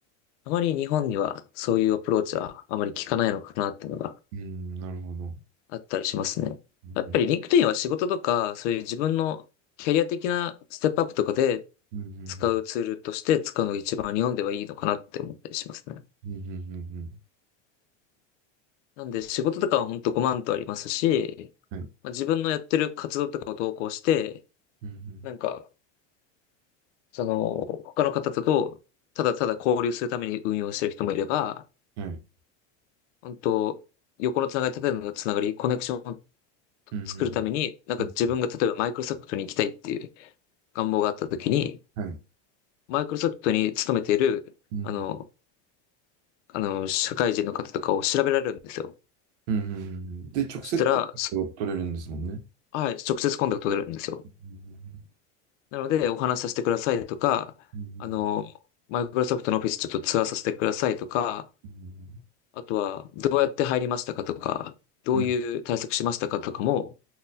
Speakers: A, on the left; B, on the right.
A: あまり日本にはそういうアプローチはあまり効かないのかなっていうのが
B: うん、なるほど。
A: あったりしますね。
B: うん、
A: やっぱり LinkedIn は仕事とか、そういう自分のキャリア的なステップアップとかで
B: うん、うん、
A: 使うツールとして使うのが一番日本ではいいのかなって思ったりしますね。
B: うん、う
A: なんで仕事とかはほんとごまんとありますし、
B: ん、うん、うんはい。
A: まあ、自分のやってる活動とかを投稿して、
B: うん、
A: なんか、その、他の方とただただ交流するために運用してる人もいれば、
B: うんはい。
A: 本当横のつながり、縦のつながり、コネクションを
B: うん、
A: 作るために、
B: うん、
A: なんか自分が例えばマイクロソフトに行きたいっていう
B: うん。
A: 願望があった時に、
B: はい。
A: マイクロソフトに勤めている、
B: うん、うん、
A: あの、あの、社会人の方とかを調べられるんですよ。
B: うん、うん、で、直接コンタクトが取れるんですもんね。
A: そしたら、そはい、直接コンタクト取れるんですよ。
B: うん、
A: なので、お話しさせてくださいとか、
B: うん、
A: あの、マイクロソフトのオフィスちょっとツアーさせてくださいとか、
B: うん、
A: あとは、どうやって入りましたかとか、どういう対策しましたかとかも、
B: うん、